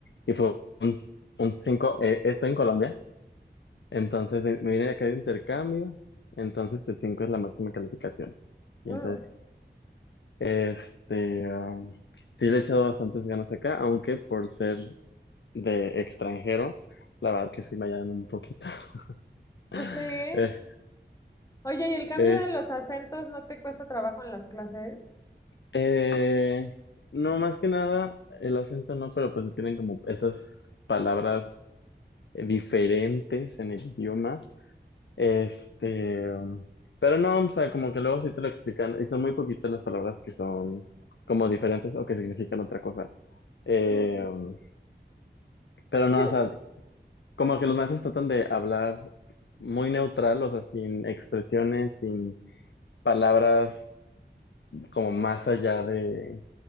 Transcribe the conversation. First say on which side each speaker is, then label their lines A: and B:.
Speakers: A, on the left (about 80°); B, on the left (about 15°).
A: y fue un, cinco, 5, eh, estoy en Colombia, entonces me me vine de acá de intercambio, entonces pues 5 es la máxima calificación. Y
B: Mm,
A: entonces... Este, um, sí le he echado bastantes ganas acá, aunque por ser de extranjero, la verdad que sí me hallan un poquito. <laughs>
B: no sé.
A: Eh,
B: Oye, ¿y el cambio
A: eh,
B: de los acentos no te cuesta trabajo en las clases?
A: eh, no, más que nada, el acento no, pero pues tienen como esas palabras eh, diferentes en el idioma. Este, um, pero no, o sea, como que luego sí te lo explican, y son muy poquitas las palabras que son como diferentes o que significan otra cosa. Eh,
B: Mm,
A: um, pero
B: Sí.
A: no, o sea, Como que los maestros tratan de hablar muy neutral, o sea, sin expresiones, sin palabras como más allá de,